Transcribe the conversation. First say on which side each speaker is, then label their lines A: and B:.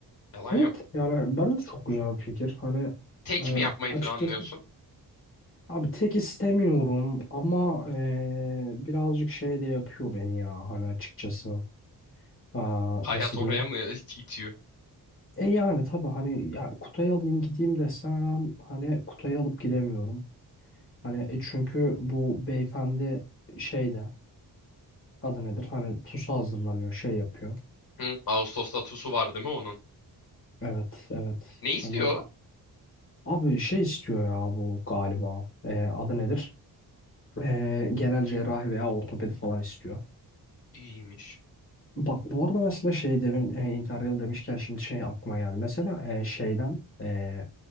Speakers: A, on the left (about 60°); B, on the left (about 30°).
A: Yalan
B: Evet
A: yok.
B: yani bence de çok güzel bir fikir hani
A: Tek
B: e,
A: mi yapmayı
B: açıkçası
A: planlıyorsun?
B: abi tek istemiyorum ama e, birazcık şey de yapıyor beni ya hani açıkçası Aa,
A: Hayat
B: nasıl
A: oraya
B: diyeyim?
A: mı it- itiyor?
B: E yani tabii hani ya Kutay'ı alayım gideyim desem hani Kutay'ı alıp gidemiyorum. Hani e çünkü bu beyefendi şeyde Adı nedir? Hani pusu hazırlanıyor, şey yapıyor.
A: Hı. Ağustos'ta TUS'u var değil mi onun?
B: Evet, evet.
A: Ne istiyor?
B: Hani abi şey istiyor ya bu galiba. Ee, adı nedir? Ee, genel cerrahi veya ortopedi falan istiyor.
A: İyiymiş.
B: Bak bu arada mesela şey demin e, Interrail demişken şimdi şey aklıma geldi. Mesela e, şeyden e,